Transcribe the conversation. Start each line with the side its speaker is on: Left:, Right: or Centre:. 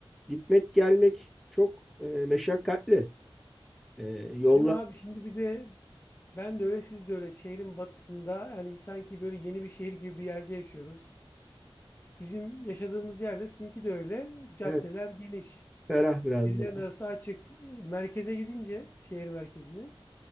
Centre: gitmek gelmek çok ee, meşakkatli. Ee, yollar
Left: Değil mi abi? Şimdi bir de ben de öyle siz de öyle şehrin batısında yani sanki böyle yeni bir şehir gibi bir yerde yaşıyoruz. Bizim yaşadığımız yerde sizinki de öyle. Caddeler
Centre: evet
Left: geniş.
Centre: ferah biraz
Left: Birilerin
Centre: da.
Left: arası açık. E, Merkeze gidince şehir merkezine